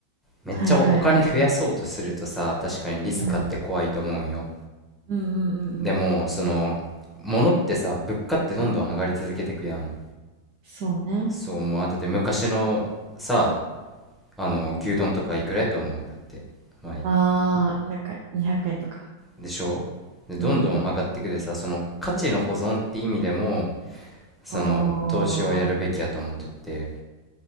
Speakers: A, in the centre; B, on the right.
A: めっちゃお、
B: はいはいはい。
A: お金増やそうとするとさ、確かにリスクあって怖いと思うんよ。
B: うん。うんうんうんうん。
A: でも、その、物ってさ、物価ってどんどん上がり続けてくやん。
B: そうね。
A: そう思わん。だって昔のさ、あの牛丼とかいくらやと思うだってまあ
B: あー、なんか200円とか。
A: でしょでどんどん上がってくでさその価値の保存って意味でも
B: うん。
A: その投資はやるべきやと思っとって
B: あー。